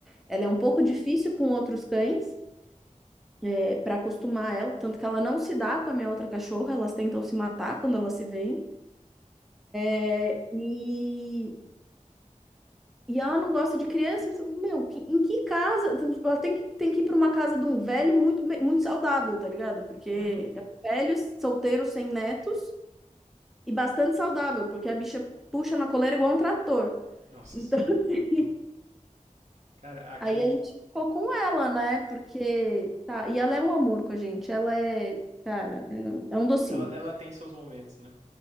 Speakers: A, in the centre; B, on the right.
A: ela é um pouco difícil com outros cães, é, para acostumar ela, tanto que ela não se dá com a minha outra cachorra, elas tentam se matar quando elas se veem. é, E, e ela não gosta de criança, mas, meu, que- em que casa? Então, Tipo, ela tem que, tem que ir para uma casa de um velho muito, bem- muito saudável, tá ligado? Porque
B: Uhum.
A: é um velho solteiro sem netos E bastante saudável, porque a bicha puxa na coleira igual um trator.
B: Nossa
A: Então,
B: senhora.
A: <laughs>
B: Cara, aqui
A: aí a gente ficou com ela, né? Porque, tá, e ela é um amor com a gente, ela é, cara, é é um docinho.
B: Ela, ela tem seus momentos, né?